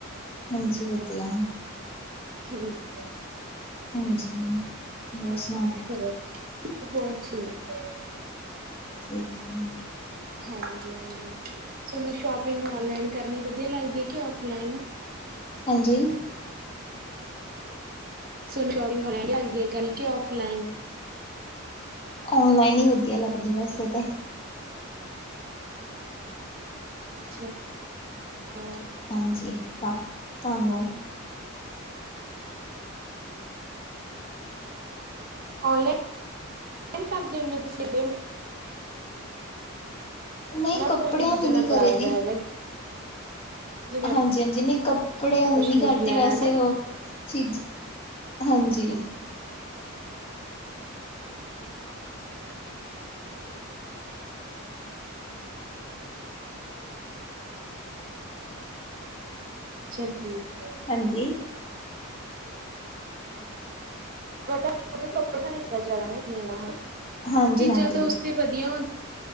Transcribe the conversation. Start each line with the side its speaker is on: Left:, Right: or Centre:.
Left: ਹਾਂਜੀ ਵਧੀਆ
Right: ਠੀਕ ਹੈ।
Left: ਹਾਂਜੀ ਮੌਸਮ
Right: ਹੋਰ ਹੋਰ ਠੀਕ ਹੈ।
Left: ਠੀਕ ਐ।
Right: ਹਾਂਜੀ, ਤੁਹਾਨੂੰ ਸ਼ੋਪਿੰਗ ਔਨਲਾਈਨ ਕਰਨੀ ਵਧੀਆ ਲੱਗਦੀ ਐ ਕਿ ਔਫਲਾਈਨ।
Left: ਹਾਂਜੀ।
Right: ਸਾਨੂੰ ਸ਼ੋਪਿੰਗ ਔਨਲਾਈਨ ਵਧੀਆ ਲੱਗਦੀ ਐ ਜਾ ਔਫਲਾਈਨ?
Left: ਔਨਲਾਈਨ ਈ ਵਧੀਆ ਲੱਗਦੀ ਵੈਸੇ ਤੇ।
Right: ਅੱਛਾ ਹਾਂ।
Left: ਹਾਂਜੀ ਤਾਂ, ਤੁਹਾਨੂੰ?
Right: ਔਲਾਈਨ, ਕਰਦੇ ਹੁੰਨੇ ਔ ਤੁਸੀਂ <unintelligible>
Left: ਨਹੀਂ
Right: ਹਨਾ
Left: ਕੱਪੜਿਆਂ
Right: ਆਪਣਾ ਨੀਜਾਂ
Left: ਦੀ ਨੀ
Right: <unintelligible>
Left: ਕਰੀ ਦੀ
Right: ਹੈਗਾ। ਜਿਵੇਂ
Left: ਹਾਂਜੀ-ਹਾਂਜੀ ਨਈ ਕੱਪੜਿਆਂ
Right: ਆਪਾਂ
Left: ਦੀ ਨੀ
Right: ਸ਼ੂਟ
Left: ਕਰਦੀ
Right: ਲੈਣਾ
Left: ਵੈਸੇ
Right: ਨਾ
Left: ਉਹ, ਚੀਜ਼ ਹਾਂਜੀ।
Right: ਅੱਛਾ ਠੀਕ। ਹੈ,
Left: ਹਾਂਜੀ।
Right: ਬਟ ਉਹਦੇ ਤੋਂਥੋੱ ਤਾਂ ਨੀ ਪਤਾ ਚੱਲਦਾ ਨਾ ਇੱਕ ਮੇ ਦਾ ਹੁਣ
Left: ਹਾਂਜੀ
Right: ਚੀਜ਼ਾਂ
Left: ਹਾਂਜੀ
Right: ਤਾਂ ਉਸ ਤੇ ਵਧੀਆ।